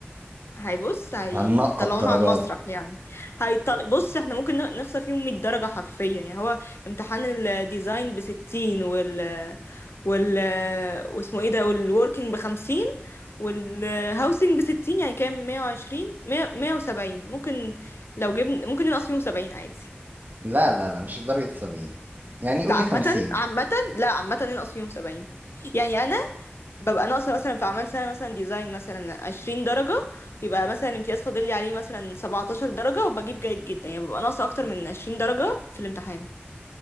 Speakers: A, on the left (about 80°); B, on the right (about 50°).
A: هيبص هيطلعونا
B: هنقط درجات
A: على المسرح يعني هيطل... بص احنا ممكن ن- نخسر فيهم 100 درجة حرفيا يعني هو امتحان الديزاين ب 60 وال وال واسمه ايه ده والوركينج ب 50 والهاوسنج بستين يعني كام مية وعشرين مية مية وسبعين ممكن لو جبنا ممكن ننقص فيهم سبعين عادي
B: لا لا لا مش لدرجة سبعين يعني قولي
A: لا عامة
B: خمسين
A: عامة لا عامة ننقص فيهم سبعين يعني أنا ببقى ناقصة مثلا في أعمال سنة مثلا ديزاين مثلا عشرين درجة يبقى مثلا الامتياز فاضل لي عليه مثلا سبعتاشر درجة وبجيب جيد جدا يعني ببقى ناقصة أكتر من عشرين درجة في الامتحان